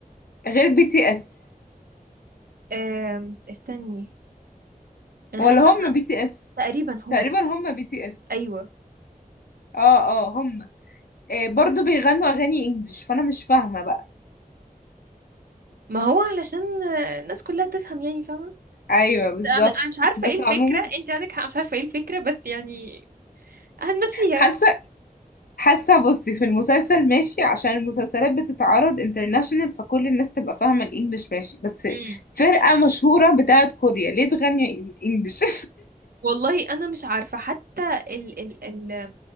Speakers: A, on the left; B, on the right.
A: غير بي تي اس
B: آم، استني أنا
A: ولا
B: حاسة
A: هم بي تي اس
B: تقريبا هم
A: تقريبا هم بي تي اس
B: أيوة
A: اه اه هم آه برضو بيغنوا اغاني انجلش فانا مش فاهمة بقى
B: ما هو علشان آه، الناس كلها تفهم يعني فاهمة
A: ايوه بالظبط
B: انا أنا مش عارفه
A: بس
B: ايه الفكره
A: عموما
B: انت عندك حق مش عارفه ايه الفكره بس يعني هنمشيها
A: حاسة حاسة بصي في المسلسل ماشي عشان المسلسلات بتتعرض انترناشونال فكل الناس تبقى فاهمة الانجليش ماشي بس
B: امم
A: فرقة مشهورة بتاعت كوريا ليه تغني انجلش
B: والله انا مش عارفه حتى ال ال ال